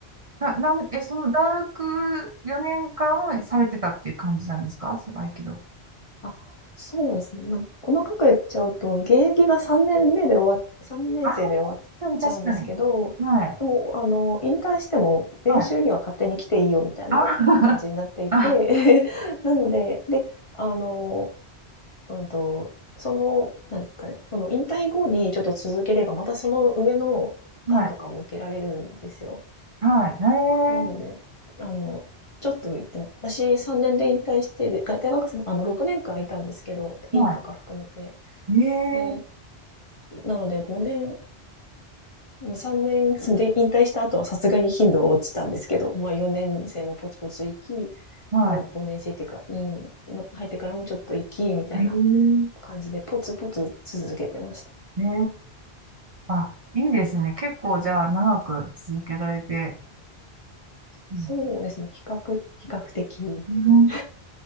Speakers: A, on the right; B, on the left.
A: な、なん、え、その大学4年間されてたっていう感じなんですかその合気道。
B: あ、そうですね。まあ、細かく言っちゃうと、現役が3年目で終わ3年生で終わっちゃうんですけど、
A: ああ、確かに確かに。はい。
B: でも、あの、引退しても練習には勝手に来ていいよみたいな感じになっていて、
A: はい。あ <laughs> あ、
B: <laughs> なので、で、あの、うんと、その、なんですかね、その引退後にちょっと続ければ、またその上の段とかも受けられるんですよ。
A: はい。はい。へえ。
B: なので、あの、ちょっと行ってます。私3年で引退して、でが大学生、あの、6年間いたんですけど、院とか含めて。
A: はい。へえ。
B: で、なので5年、3年で引退した後はさすがに頻度は落ちたんですけど、まあ4年生もポツポツ行き、
A: は
B: 5, 5年生っていうか、院の入ってからもちょっと行き、みたいな
A: い。へえ。
B: 感じで、ポツポツ続けてました。
A: へえ。あ、いいですね。結構じゃあ長く続けられて。うん。
B: そうですね、比較、比較的。
A: うん。
B: はい。